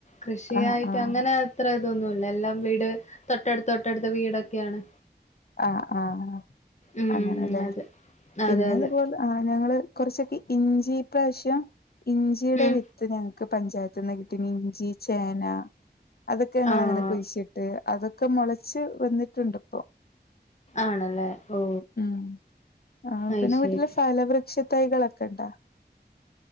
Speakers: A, on the left (about 40°); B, on the left (about 60°).
A: കൃഷിയായിട്ട്
B: ആഹ് ആഹ്
A: അങ്ങനെ ഇത്ര ഇതൊന്നുമല്ല എല്ലാം വീട് തൊട്ടടുത്ത തൊട്ടടുത്ത വീടൊക്കെയാണ്
B: ആഹ് ആഹ
A: ഉം
B: അങ്ങനെല്ലേ
A: അതെ
B: പിന്നെതുപോലെ
A: അതെ അതെ
B: ആ് ഞങ്ങള് കുറച്ചൊക്കെ ഇഞ്ചിഇ പ്രവശ്യം ഇഞ്ചിയുടെവി
A: ഉം
B: ത്ത് ഞങ്ങൾക്ക് പഞ്ചായത്ത്ന്ന് കിട്ടി ഇഞ്ചി ചേന അതൊക്കെ ഞങ്ങ
A: ആഹ്
B: അങ്ങനെ കുയി ച്ചിട്ട് അതൊക്കെ മുളച്ച് വന്നിട്ടുണ്ട് ഇപ്പോ
A: ആണല്ലേ ഓ
B: ഉം ആ
A: അയ്ശരി
B: പിന്നെ വീട്ടില്ഫലവൃക്ഷ തൈകളൊക്കെ ഉണ്ടാ